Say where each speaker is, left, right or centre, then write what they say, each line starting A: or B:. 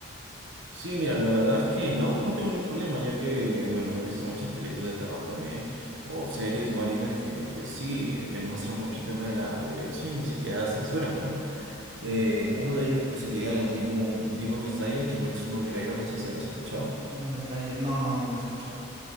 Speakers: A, on the right (about 60°); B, on the right (about 20°).
A: Sí, mira, la verdad es que no, no tengo ningún problema, ya que, bueno, he visto muchas películas de terror también, o series o animes que, pues sí, demuestran mucho el tema de la violencia y ni siquiera censuran, ¿no? Eh, uno de ellos, pues, sería el Demon, Demon Slayer, Kimetsu no Yaiba, no sé si habrás escuchado.
B: Demon Slayer. No, no, no, no he escuchado.